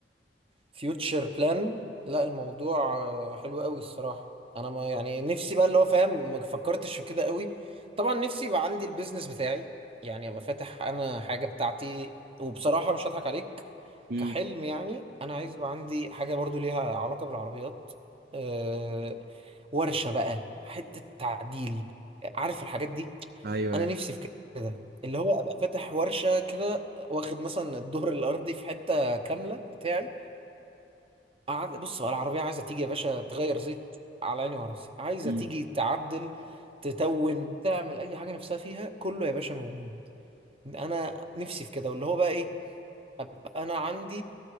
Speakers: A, on the right (about 35°); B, on the right (about 55°).
A: فيوتشر بلان لا الموضوع آه، حلو قوي الصراحة انا ما يعني نفسي بقى اللي هو فاهم ما فكرتش في كده قوي طبعا نفسي يبقى عندي البيزنس بتاعي يعني ابقى فاتح انا حاجة بتاعتي وبصراحة مش هضحك عليك
B: امم
A: كحلم يعني انا عايز يبقى عندي حاجة برضو ليها علاقة بالعربيات أه ورشة بقى حتة تعديل عارف الحاجات دي
B: ايوه
A: انا
B: ايوه
A: نفسي في كده اللي هو ابقى فاتح ورشة كده واخد مثلا الدور الارضي في حتة كاملة بتاعي قعد بص بقى العربية عايزة تيجي يا باشا تغير زيت على عيني وراسي عايزة
B: امم
A: تيجي تعدل تتون تعمل أي حاجة نفسها فيها كله يا باشا موجود أنا نفسي في كده واللي هو بقى إيه أبقى أنا عندي